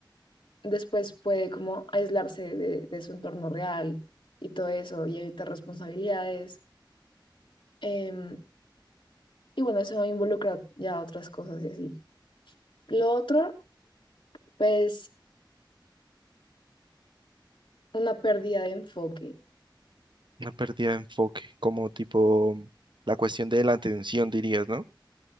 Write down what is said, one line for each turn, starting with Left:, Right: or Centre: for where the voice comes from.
Left: después puede como aislarse de, de su entorno real y todo eso y evitar responsabilidades. em, y bueno, eso involucra ya otras cosas y así. Lo otro, pues, una pérdida de enfoque.
Right: Una pérdida de enfoque, como tipo mm, la cuestión de la atención, dirías, ¿no?